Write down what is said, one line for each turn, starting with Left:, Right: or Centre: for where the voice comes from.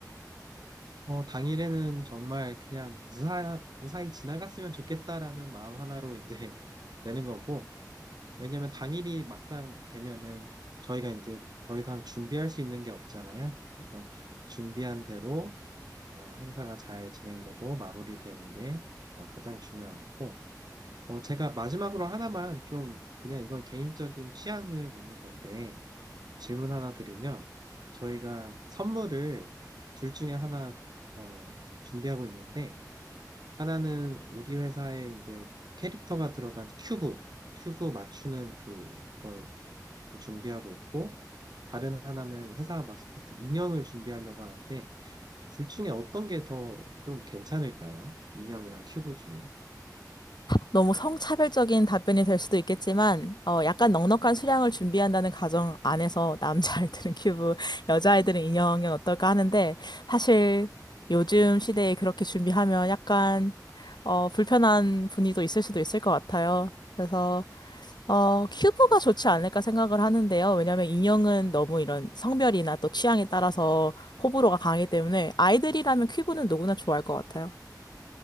Right: 어, 당일에는 정말 그냥 무사, 무사히 지나갔으면 좋겠다라는 마음 하나로 이제 <laughs> 되는 거고, 왜냐면 당일이 막상 되면은 저희가 이제 더 이상 준비할 수 있는 게 없잖아요. 그래서 준비한 대로 어, 행사가 잘 진행되고 마무리되는 게 어, 가장 중요하고, 어, 제가 마지막으로 하나만 좀, 그냥 이건 개인적인 취향을 묻는 건데, 질문 하나 드리면, 저희가 선물을 둘 중에 하나, 어, 준비하고 있는데, 하나는 우리 회사에 이제 캐릭터가 들어간 큐브, 큐브 맞추는 그, 걸 준비하고 있고, 다른 하나는 회사 마스코트 인형을 준비하려고 하는데, 둘 중에 어떤 게 더 좀 괜찮을까요? 인형이랑 큐브 중.
Left: 너무 성차별적인 답변이 될 수도 있겠지만, 어, 약간 넉넉한 수량을 준비한다는 가정 안에서 남자아이들은 <laughs> 큐브, 여자아이들은 인형은 어떨까 하는데, 사실 요즘 시대에 그렇게 준비하면 약간, 어, 불편한 분위기도 있을 수도 있을 것 같아요. 그래서, 어, 큐브가 좋지 않을까 생각을 하는데요. 왜냐면 인형은 너무 이런 성별이나 또 취향에 따라서 호불호가 강하기 때문에 아이들이라면 큐브는 누구나 좋아할 것 같아요.